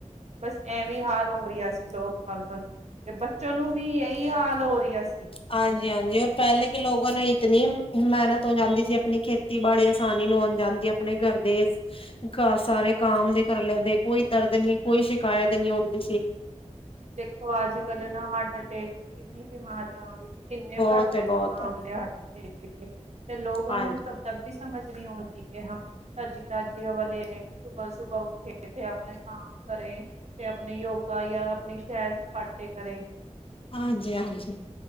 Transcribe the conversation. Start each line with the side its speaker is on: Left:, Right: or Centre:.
Right: ਬਸ ਐਵੇਂ ਹਾਲ ਹੋ ਰਿਹਾ ਸੀ ਲੋਕ ਵਗਾਂ ਨੂੰ ਤੇ ਬੱਚੇ, ਚਲੂੰ ਵੀ ਇਹੀ ਹਾਲ ਹੋ ਰਿਹਾ ਸੀ।
Left: ਹਾਂਜੀ ਹਾਂਜੀ ਔਰ ਪਹਿਲੇ ਕਿ ਲੋਕਾਂ ਨੇ ਇਤਨੀ ਮਿਹਨਤ ਤੋਂ ਜਾਂਦੀ ਸੀ ਆਪਣੀ ਖੇਤੀ ਖੇਤੀਬਾੜੀ ਆਸਾਨੀ ਨੂੰ ਹੁਣ ਜਾਂਦੀ ਆਪਣੇ ਘਰ ਦੇ, ਸਾਰੇ
Right: ਘਰ
Left: ਕਮ ਦੇ ਕਰ ਲੈਂਦੇ ਕੋਈ ਦਰਦ ਨੀ ਕੋਈ ਸ਼ਿਕਾਇਤ ਨੀ ਹੁੰਦੀ ਸੀ।
Right: ਦੇਖੋ ਅੱਜ ਕੱਲ ਨਾ ਹਾਰਟ ਅਟੈਕ ਕਿੰਨੀ ਬਿਮਾਰੀਆਂ ਹੋ ਰਹੀ ਸੀ। ਕਿੰਨੇ
Left: ਬਹੁਤ
Right: ਪੜ ਰਹੇ
Left: ਹੈ
Right: ਸੀ
Left: ਬਹੁਤ
Right: ਮਾਂ
Left: ਹੈ
Right: ਵੇਲੇ ਹੱਟ ਟੇਕ ਤੇ ਲੋਕਲ
Left: ਹਾਂਜੀ
Right: ਨੂੰ। ਵੀ ਸਮਝ ਨਹੀਂ ਆਉਂਦੀ ਕਿ ਹਮ, ਤਾਜ਼ੀ- ਤਾਜ਼ੀ ਹਵਾ ਲੇ। <unintelligible> ਸੁਬਾਹ- ਸੁਬਹ ਉੱਠੇ ਤੇ ਆਪਣੇ ਕੰਮ ਕਰੇ। ਤੇ ਆਪਣੀ ਯੋਗਾ ਜਾਂ ਆਪਣੀ ਸੈਰ ਸਪਾਟੇ ਕਰੇ।
Left: ਹਾਂਜੀ- ਹਾਂਜੀ।